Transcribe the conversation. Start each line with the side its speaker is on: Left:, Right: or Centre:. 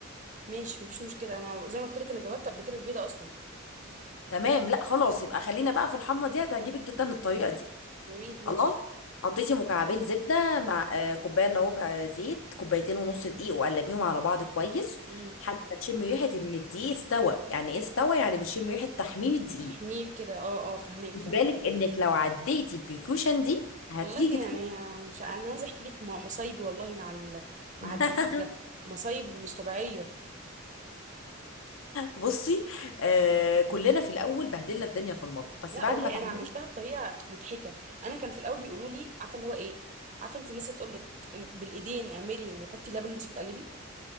Right: ماشي مفيش مشكله انا زي ما قلت لك انا جربت قبل كده البيضه اصلا
Left: تمام لا خلاص يبقى خلينا بقى في الحمرا دي هتعجبك جدا الطريقه دي
Right: يا ريت ماشي
Left: خلاص حطيتي مكعبين زبده مع آه، كوبايه الا ربع زيت كوبايتين ونص دقيق وقلبيهم على بعض كويس
Right: امم
Left: لحد ما تشمي ريحه ان الدقيق استوى يعني ايه استوى يعني بنشم ريحه تحمير الدقيق
Right: فهميه كده اه اه فهماك
Left: خدي
Right: فهماك
Left: بالك انك لو عديتي البريكوشن دي هتيجي
Right: والله
Left: تحسي-
Right: يعني مش انا عايزه احكي لك م- مصايبي والله مع ال... مع
Left: <laughs>
Right: الدقيق ده مصايب مش طبيعيه
Left: بصي آه كلنا في الاول بهدلنا الدنيا في المطبخ بس
Right: لا
Left: بعد
Right: والله
Left: ما اتعلمنا
Right: انا عملتها بطريقه مضحكه انا كان في الاول بيقولوا لي عارفه اللي هو ايه عارفه انت الناس اللي تقول لك بالايدين اعملي وحطي لبن وانت بتقلبي